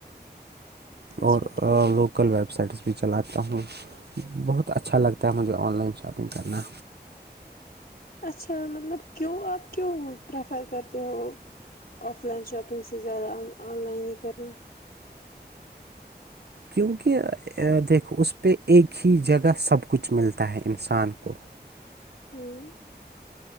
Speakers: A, on the left; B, on the right.
A: اچھا
B: اور
A: ٹھیک
B: لوکل وب ویب سائٹس بھی چلاتا ہوں بہت اچھا لگتا ہے مجھے آن لائن شاپنگ کرنا
A: اچھا مطلب کیوں آپ کیوں پریفر کرتے ہو آف لائن شاپنگ سے زیادہ آن لائن ہی کرنا
B: کیونکہ دیکھو اس پہ ایک ہی جگہ سب کچھ ملتا ہے انسان کو <unintelligible>
A: ہوں